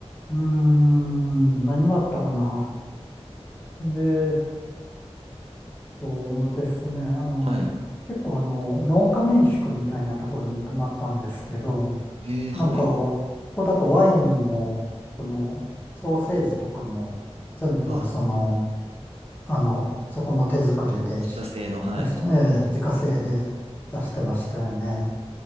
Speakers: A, on the left (about 15°); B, on the right (about 65°).
A: ーん、何があったかな。えそうですね。あの、
B: はい。
A: 結構あの、農家民宿みたいなところに泊まったんですけど、
B: えー、
A: なんか、
B: はい。
A: ここだとワインも、その、ソーセージとかも、全部、
B: うわ、
A: その、あの、そこの手作りで、
B: 自家製の、はい。
A: 出して、ええ自家製で出してましたよね。